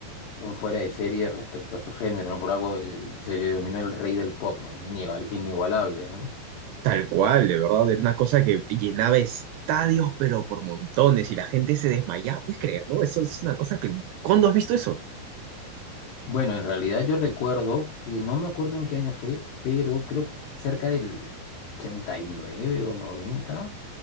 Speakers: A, on the left; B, on the right.
A: un fuera de serie respecto a su género, ¿no? Por algo el- se le denominó el rey del pop, bueno, inegal- inigualable, ¿no?
B: Tal cual, de verdad, era una cosa que llenaba estadios, pero por montones, y la gente se desmayaba, ¿puedes creerlo? Eso es una cosa que... ¿Cuándo has visto eso?
A: Bueno, en realidad yo recuerdo que no me acuerdo en qué año fue, pero creo que cerca del 89 o 90